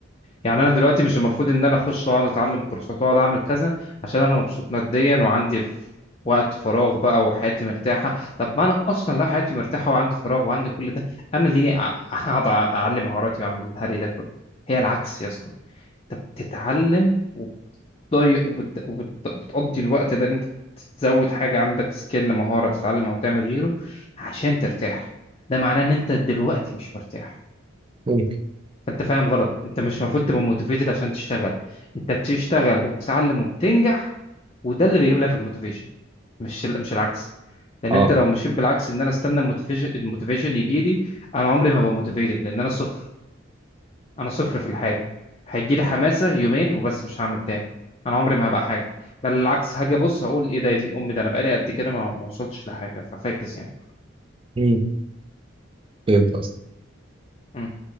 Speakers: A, on the left (about 30°); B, on the right (about 25°).
A: يعني انا دلوقتي مش المفروض ان انا اخش واقعد اتعلم كورسات واقعد اعمل كذا عشان انا مبسوط ماديا وعندي ف- وقت فراغ بقى وحياتي مرتاحه طب ما انا اصلا لو حياتي مرتاحه وعندي فراغ وعندي كل ده انا ليه أ- اقعد أ- اعلم مهاراتي واعمل الهري ده كله هي العكس يا اسطى انت بتتعلم وبتضيق وبت- وبت- وبتقضي الوقت ده ان انت تزود حاجه عندك سكيل مهاره تتعلم او تعمل غيره عشان ترتاح ده معناه ان انت دلوقتي مش مرتاح
B: ممكن
A: فانت فاهم غلط انت مش المفروض تبقى موتيفيتد عشان تشتغل انت بتشتغل وبتتعلم وبتنجح وده اللي بيجيب لك الموتيفيشن مش ال- مش العكس لان
B: اه
A: انت لو مشيت بالعكس ان انا استنى الموتيفيشن الموتيفيشن يجي لي انا عمري ما هبقى موتيفيتد لان انا صفر انا صفر في الحاجه هيجي لي حماسه يومين وبس مش هعمل تاني انا عمري ما هبقى حاجه بل العكس هاجي ابص هقول ايه ده يا دين امي ده انا بقالي قد كده ما ما وصلتش لحاجه ففاكس يعني
B: مم. فهمت قصدك.
A: مم.